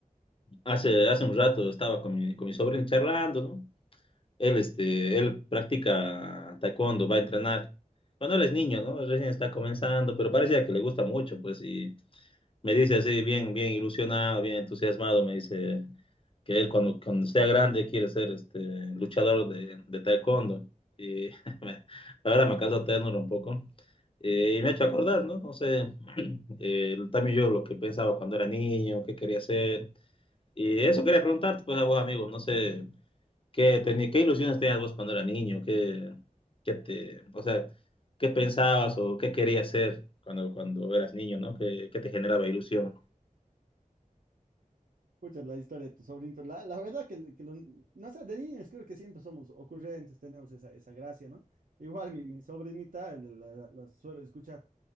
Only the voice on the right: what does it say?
Escucha la historia de tu sobrinito. La, la verdad que, que los- no sé, de niños creo que siempre somos ocurrentes, tenemos esa, esa gracia, ¿no? Igual mi, mi sobrinita la, la- la suelo escuchar.